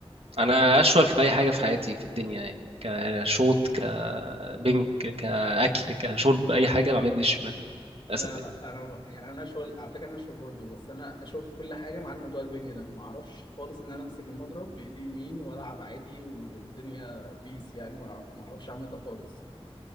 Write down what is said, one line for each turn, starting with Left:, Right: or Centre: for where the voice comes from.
Right: انا اشول في اي حاجه في حياتي في الدنيا يعني كشوط كبنك كاكل كشرب اي حاجه بعمل بايدي الشمال للاسف
Left: لا
Right: يعني
Left: لا انا يعني انا اشول على فكره انا اشول برضه بس انا اشول في كل حاجه ما عدا موضوع البينج ده ما اعرفش خالص ان انا امسك المضرب بايدي يمين والعب عادي والدنيا بيس يعني ما ما اعرفش اعمل ده خالص